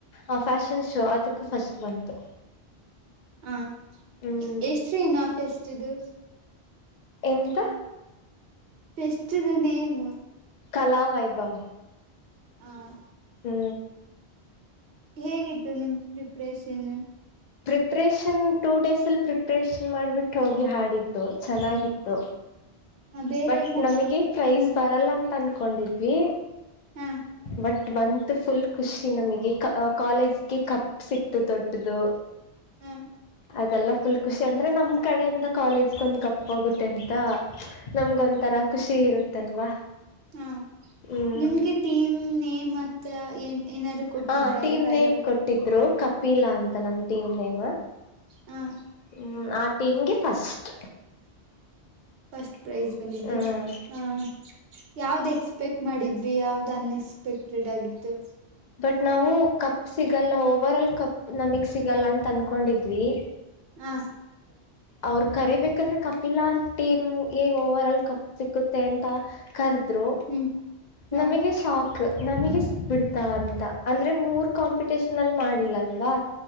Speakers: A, on the left; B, on the right.
A: ಆ ಫ್ಯಾಷನ್ ಶೋ ಅದಕ್ಕ ಫಸ್ಟ್ ಬಂತು
B: ಹಾಂ
A: ಹ್ಮ್
B: ಎಷ್ಟ್ ದಿನ ಫೆಸ್ಟ್ ಇದು
A: ಎಂತ
B: ಫೆಸ್ಟಿದು ನೇಮ್
A: ಕಲಾವೈಭವ.
B: ಹಾಂ
A: ಹ್ಮ್
B: ಹೇಗಿತ್ತು ನಿಮ್ಮ ಪ್ರಿಪ್ರೇಷನ್.
A: ಪ್ರಿಪ್ರೇಷನ್ ಟೂ ಡೇಸ್ ಅಲ್ಲಿ ಪ್ರಿಪ್ರೇಷನ್ ಮಾಡ್ಬಿಟ್ಟು ಹೋಗಿ ಹಾಡಿದು. ತ್ತು ಚೆನ್ನಾಗಿತ್ತು
B: ಬೇರೆ
A: ಬಟ್
B: ಎಲ್ಲ
A: ನಮಗೆ. ಪ್ರೈಸ್ ಬರಲ್ಲ ಅಂತ ಅನ್ಕೊಂಡಿದ್ವಿ
B: ಹಾ
A: ಬಟ್ ಬಂತ ಫುಲ್ ಖುಷಿ ನಮಗೆ ಕಾಲೇಜ್ಗೆ ಕಪ್ ಸಿಕ್ತು ದೊಡ್ಡದು
B: ಹಾ
A: ಅದೆಲ್ಲ ಫುಲ್ ಖುಷಿ ಅಂದ್ರೆ ನಮ್ ಕಡೆಯಿಂದ ಕಾಲೇಜ್ಗ ಒಂದ್ ಕಪ್ಪೋಗುತ್ತೆ ಅಂತ ನಮ್ಗ ಒಂಥರ ಖುಷಿ ಇರುತ್ತಲ್ವಾ.
B: ಹಾ
A: ಹ್ಮ್
B: ನಿಮ್ಗೆ ಟೀಮ್ ನೇಮ್ ಮತ್ ಏನ್ ಏನಾದ್ರು ಕೊಟ್ಟಿದ್ರ
A: ಅಂ
B: ಅಲ್ಲಿ
A: ಟೀಮ್
B: ಕರಿಬೇಕ
A: ನೇಮ್ ಕೊಟ್ಟಿದ್ರು ಕಪಿಲಾ ಅಂತ ನಮ್ ಟೀಮ್ ನೇಮ್
B: ಹ್ಮ್
A: ಹ್ಮ್ ಆ ಟೀಮ್ಗೆ ಫಸ್ಟ್
B: ಫಸ್ಟ್ ಪ್ರೈಜ್ ಬಂದಿದ್ದು
A: ಹ್ಮ್
B: ಹಾ ಯಾವ್ದ್ ಎಕ್ಸ್ಪೆಕ್ಟ್ ಮಾಡಿದ್ರಿ ಯಾವ್ದ್ ಅನ್ಎಕ್ಸ್ಪೆಕ್ಟೆಡ್ ಆಗಿತ್ತು
A: ಬಟ್ ನಾವು ಕಪ್ ಸಿಗಲ್ಲ ಓವರ್ ಆಲ್ ಕಪ್ ನಮಗ್ ಸಿಗಲ್ಲ ಅಂತ ಅನ್ಕೊಂಡಿದ್ವಿ
B: ಹಾ
A: ಅವ್ರ ಕರಿಬೇಕಾದ್ರೆ ಕಪಿಲಾ ಅ ಟೀಮ್ಗೆ ಓವರ್ ಆಲ್ ಕಪ್ ಸಿಕ್ಕುತ್ತೆ ಅಂತ ಕರ್ದ್ರು
B: ಹ್ಮ್ ಹ
A: ನಮಗೆ ಶಾಕ್ ನಮಗೆ ಸಿಕ್ಬಿಡ್ತ ಅಂತ ಅಂದ್ರೆ ಮೂರ್ ಕಾಂಪಿಟೇಷನ್ ಅಲ್ಲಿ ಮಾಡಿಲ್ಲ ಅಲ್ವಾ